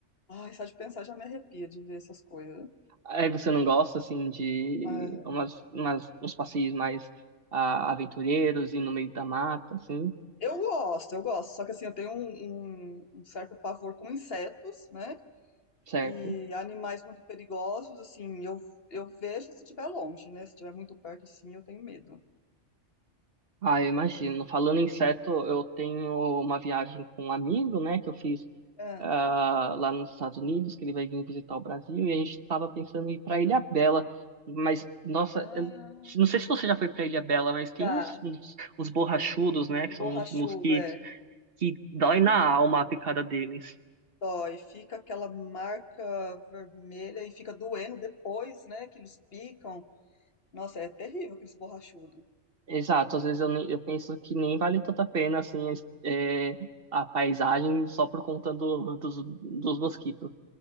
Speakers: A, on the left; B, on the right.
A: Ai, só de pensar já me arrepia de ver essas coisas.
B: Aí você não gosta, assim, de
A: Ah,
B: umas, umas, uns passeios mais ah, aventureiros e no meio da mata, assim,
A: eu gosto, eu gosto. Só que assim, eu tenho um, um- um certo pavor com insetos, né?
B: certo?
A: E animais muito perigosos, assim, eu, eu vejo se estiver longe, né? Se estiver muito perto, assim, eu tenho medo.
B: Ah, eu imagino. Falando em inseto, eu tenho uma viagem com um amigo, né, que eu fiz
A: É.
B: ah, lá nos Estados Unidos, que ele vai vir visitar o Brasil, e a gente estava pensando em ir para Ilhabela. Mas, nossa,
A: Ah,
B: eu não sei se você já foi para Ilhabela, mas tem
A: já.
B: uns, uns, uns borrachudos, né, que são
A: Borrachudo,
B: os mosquitos,
A: é.
B: que dói
A: Uhum.
B: na alma a picada deles.
A: Dói, fica aquela marca vermelha e fica doendo depois, né? Que eles picam. Nossa, é terrível aqueles borrachudos.
B: Exato, às vezes eu, nem- eu penso que nem vale tanto a pena, assim, a, es- é, a paisagem só por conta do- dos, dos mosquitos.